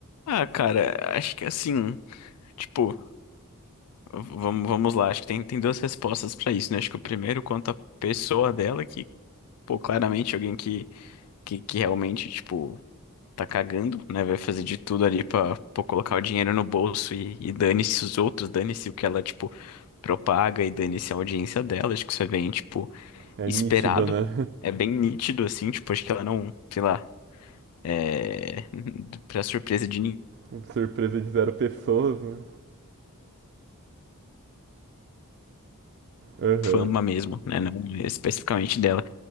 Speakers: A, on the left (about 80°); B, on the right (about 50°).
A: Ah, cara, acho que assim, tipo, v- vamos, vamos lá, acho que tem, tem duas respostas pra isso, né? Acho que o primeiro quanto à pessoa dela, que, pô, claramente alguém que, que, que realmente, tipo, tá cagando, né? Vai fazer de tudo ali pra, pô, colocar o dinheiro no bolso e, e dane-se os outros, dane-se o que ela, tipo, propaga e dane-se a audiência dela. Acho que isso é bem, tipo.
B: É
A: esperado.
B: nítido, né?
A: É bem nítido, assim, tipo, acho que ela não, sei lá, é. <laughs> Pra surpresa de ninguém,
B: <laughs> Surpresa de zero pessoas, né? Aham.
A: fama mesmo, né? Não especificamente dela.